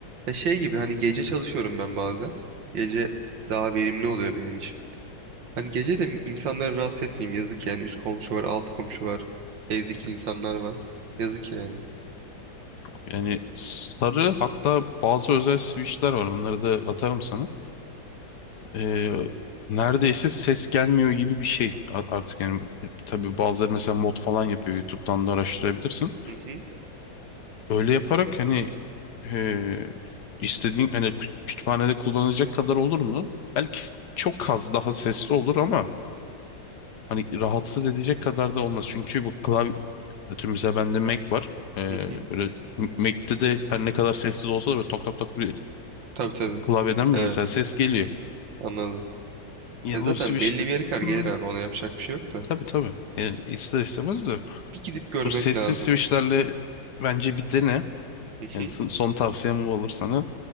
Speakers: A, on the right (about 75°); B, on the left (about 65°).
A: E şey gibi hani gece çalışıyorum ben bazen. Gece daha verimli oluyor benim için. Hani gece de insanları rahatsız etmeyeyim yazık yani. Üst komşu var, alt komşu var. Evdeki insanlar var. Yazık yani.
B: Yani sarı hatta bazı özel switch'ler var. Onları da atarım sana. Ee, neredeyse ses gelmiyor gibi bir şey A- artık yani tabii bazıları mesela mod falan yapıyor. YouTube'dan da araştırabilirsin.
A: Hı hı
B: Öyle yaparak hani e, istediğin hani kü- kütüphanede kullanacak kadar olur mu? Belki çok az daha sesli olur ama hani rahatsız edecek kadar da olmaz. Çünkü bu klavye atıyorum mesela bende Mac var. Ee,
A: hı hı.
B: böyle Mac'te de her ne kadar sessiz olsa da böyle tok tok tok bir
A: Tabii tabii.
B: Klavyeden mi
A: Evet
B: mesela ses geliyor.
A: anladım.
B: Ya
A: E zaten
B: bu switch
A: belli bir yere kadar gelir
B: bunlar
A: abi ona yapacak bir şey yok da.
B: tabii tabii. Yani ister istemez de
A: Bir gidip görmek
B: bu sessiz
A: lazım.
B: switchlerle bence bir dene.
A: Hı
B: Yani
A: hı.
B: son son tavsiyem bu olur sana.